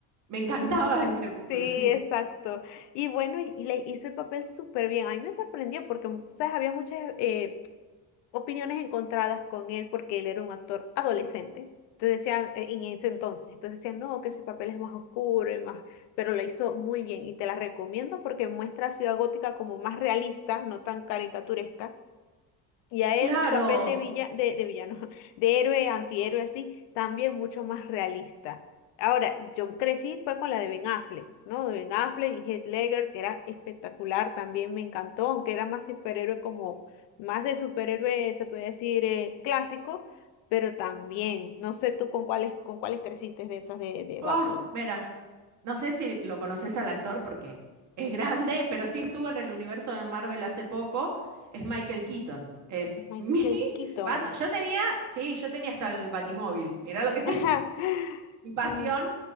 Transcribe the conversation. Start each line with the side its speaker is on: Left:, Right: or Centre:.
Right: Me encantaba
Left: ujú,
Right: en Crepúsculo,
Left: Sí,
Right: sí.
Left: exacto. Y bueno, y, y le hizo el papel súper bien. A mí me sorprendió porque, sabes, había muchas eh, opiniones encontradas con él porque él era un actor adolescente. Entonces decían, eh, en ese entonces, entonces decían, no, que ese papel es más oscuro y más, pero lo hizo muy bien y te la recomiendo porque muestra a Ciudad Gótica como más realista, no tan caricaturesca, y a él
Right: Claro.
Left: su papel de, villa, de, de villano, <laughs> de héroe, antihéroe, así, también mucho más realista. Ahora, yo crecí fue con la de Ben Affleck, ¿no? De Ben Affleck y Heath Ledger, que era espectacular, también me encantó, aunque era más superhéroe como, más de superhéroe, se puede decir, eh, clásico, pero también, no sé tú con cuáles, con cuáles creciste de esas de, de
Right: Oh,
Left: Batman.
Right: mira. No sé si lo conoces al actor porque es grande, pero sí estuvo en el universo de Marvel hace poco. Es Michael Keaton. Es
Left: Michael
Right: mi <laughs>
Left: Keaton.
Right: Batman. Yo
Left: <laughs>
Right: tenía, sí, yo tenía hasta el Batimóvil. Mirá lo que
Left: Ajá,
Right: tengo. <laughs> Mi pasión
Left: Mm,